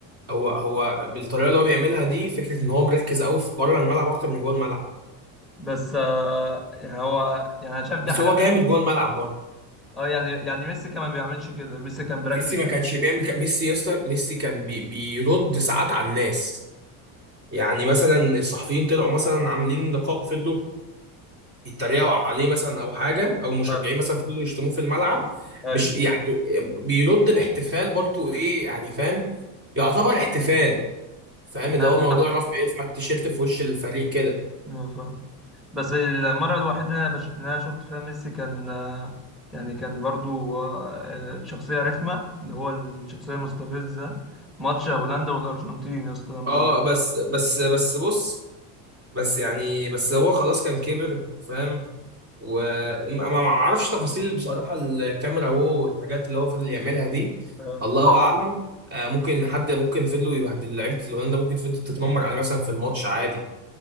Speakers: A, on the right; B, in the centre.
A: هو هو بالطريقه اللي هو بيعملها دي فكره ان هو مركز قوي في بره الملعب اكتر من جوه الملعب
B: بس آه، يعني هو يعني انا شايف دي
A: بس
B: حاجة
A: هو
B: حلوة.
A: جامد جوه الملعب برضه
B: اه يعني يعني ميسي كمان ما بيعملش كده ميسي كان بيركز
A: ميسي ما كانش بيعمل كده ميسي يا اسطى ميسي كان بي بيرد ساعات على الناس يعني مثلا الصحفيين طلعوا مثلا عاملين لقاء فضلوا يتريقوا عليه مثلا او حاجه او مشجعين
B: آه،
A: مثلا فضلوا يشتموه في الملعب
B: ايوه
A: مش يعني بيرد باحتفال برضو ايه يعني فاهم يعتبر احتفال فاهم اللي
B: ايوه
A: هو موضوع
B: فاهم
A: رفع يرفع التيشيرت في وش الفريق كده
B: أيوة فاهم بس المرة الوحيدة اللي أنا بش... اللي أنا شفت فيها ميسي كان آه، يعني كان برضو آه، آه، شخصية رخمة اللي هو الشخصية المستفزة في ماتش هولندا والأرجنتين يا اسطى لما
A: اه بس بس بس بص بس يعني بس هو خلاص كان كبر فاهم وما ما اعرفش تفاصيل بصراحه الكاميرا وهو والحاجات اللي هو فضل يعملها دي
B: آه
A: الله اعلم آه ممكن حد ممكن فضلوا يبهدل لعيبه الهولندا ممكن فضلت تتنمر عليه مثلا في الماتش عادي